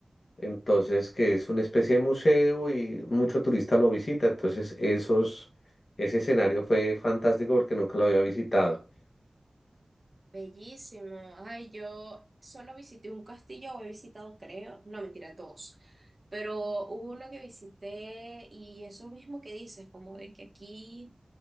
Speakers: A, on the left; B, on the right.
A: Entonces, que es una especie de museo y mucho turista lo visita. Entonces, esos, ese escenario fue fantástico porque nunca lo había visitado.
B: Bellísimo. Ay, yo solo visité un castillo, o he visitado, creo, no, mentira, dos. Pero hubo uno que visité y eso mismo que dices, como de que aquí